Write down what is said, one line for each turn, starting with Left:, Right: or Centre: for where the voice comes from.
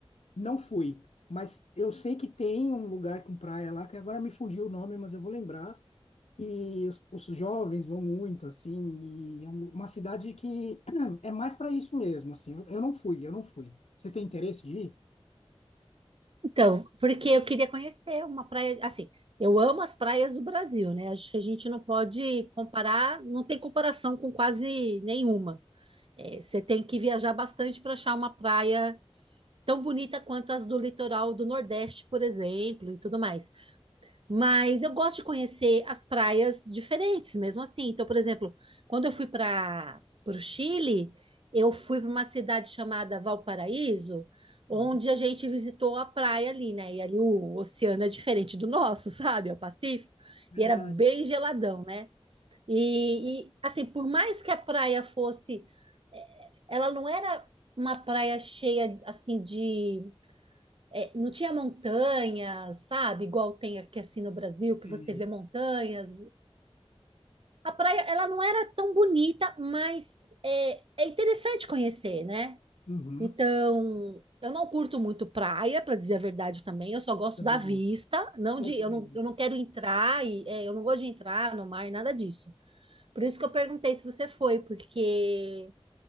Left: Não fui, mas eu sei que tem um lugar com praia lá, que agora me fugiu o nome, mas eu vou lembrar. E os, os jovens vão muito, assim, e é um- uma cidade que <clears throat> é mais para isso mesmo, assim. Eu, eu não fui, eu não fui. Você tem interesse de ir?
Right: Então, porque eu queria conhecer uma praia, assim, eu amo as praias do Brasil, né? Acho que a gente não pode comparar, não tem comparação com quase nenhuma. É, você tem que viajar bastante para achar uma praia tão bonita quanto as do litoral do Nordeste, por exemplo, e tudo mais. Mas eu gosto de conhecer as praias diferentes, mesmo assim. Então, por exemplo, quando eu fui para o Chile, eu fui para uma cidade chamada Valparaíso, onde
Left: Uhum.
Right: a gente visitou a praia ali, né? E ali o oceano é diferente do nosso, <laughs> sabe? É o Pacífico.
Left: Verdade,
Right: E era bem geladão, né? E, e assim, por mais que a praia fosse, ela não era uma praia cheia assim de é, não tinha montanhas, sabe? Igual tem aqui assim no Brasil,
Left: sim.
Right: que você vê montanhas. A praia, ela não era tão bonita, mas é, é interessante conhecer, né?
Left: Uhum.
Right: Então, eu não curto muito praia, para dizer a verdade também. Eu só gosto
Left: eu também
Right: da vista,
Left: não.
Right: não
Left: É,
Right: de,
Left: Também
Right: eu não, eu não quero entrar e é, eu não gosto de entrar no mar, nada disso. Por isso que eu perguntei se você foi, porque